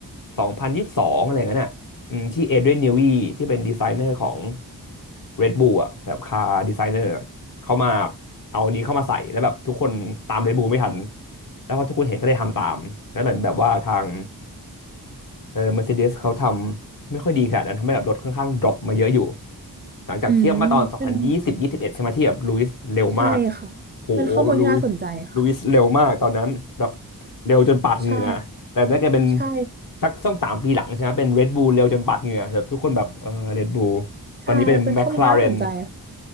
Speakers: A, on the left; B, on the right.
A: สองพันยี่สิบสองอะไรเงี้ยน่ะอืมที่เอเดรียนนิวีที่เป็นดีไซเนอร์ของ Red Bull อ่ะแบบคาร์ดีไซเนอร์เขามาเอาอันนี้เข้ามาใส่แล้วแบบทุกคนตาม Red Bull ไม่ทันแล้วพอทุกคนเห็นก็เลยทำตามแล้วเหมือนแบบว่าทาง เออ Mercedes เขาทำไม่ค่อยดีขนาดนั้นทำให้แบบรถค่อนข้างดรอปมาเยอะอยู่หลังจากเทียบมาตอนสองพันยี่สิบยี่สิบเอ็ดใช่ไหมที่แบบลุยส์เร็วมาก
B: อืมเป็นใช่ค่ะเป็นข้อมูลที่น่าสนใจค่ะ
A: โหลุยลุยส์เร็วมากตอนนั้นแบบเร็วจนปาดเหงื่อแต่น่าจะเป็น
B: ใช่ใช่
A: สักสองสามปีหลังใช่ไหมเป็น Red Bull เร็วจนปาดเหงื่อแบบทุกคนแบบเออ Red Bull
B: ใช่
A: ตอนนี้เป็น
B: เป็นข้อมูลที่น่าสนใจค่ะ
A: McLaren